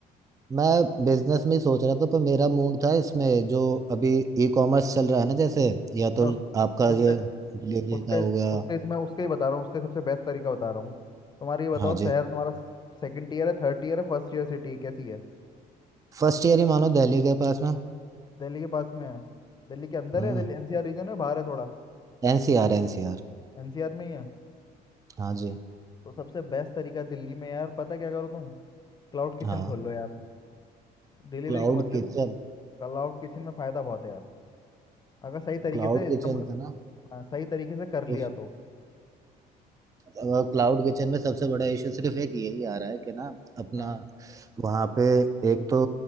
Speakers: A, on the right; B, on the left.
A: मैं बिजनेस में ही सोच रहा था पर मेरा मूड था इसमें जो अभी ई कॉमर्स चल रहा है ना जैसे या
B: मैं
A: तो
B: उस
A: आपका
B: उसके
A: ये डिलीवरी
B: उसके
A: का हो गया
B: उसके मैं उसके ही बता रहा हूँ उसके सबसे बेस्ट तरीका बता रहा हूँ तुम्हारा ये बताओ
A: हाँ जी
B: शहर तुम्हारा सेकंड ईयर है थर्ड ईयर है फर्स्ट ईयर सिटी है कैसी है
A: फर्स्ट ईयर ही मानो दिल्ली के पास में
B: दिल्ली के पास में है दिल्ली के अंदर
A: हम्म
B: है दिल्ली एनसीआर रीजन है बाहर है थोड़ा
A: एनसीआर एनसीआर
B: एनसीआर में ही है
A: हाँ जी
B: तो सबसे बेस्ट तरीका दिल्ली में यार पता क्या करो तुम क्लाउड किचन
A: हाँ
B: खोल लो यार डिलीवरी
A: Cloud
B: का मत
A: kitchen
B: देखो कल आउट किचन में फायदा बहुत है यार अगर सही तरीके
A: क्लाउड
B: से इस्तेमाल
A: किचन का ना
B: हाँ, सही तरीके से कर लिया
A: उस
B: तो
A: क्लाउड किचन में सबसे बड़ा इशू सिर्फ एक यही आ रहा है कि ना अपना
B: हाँ
A: वहाँ पे एक तो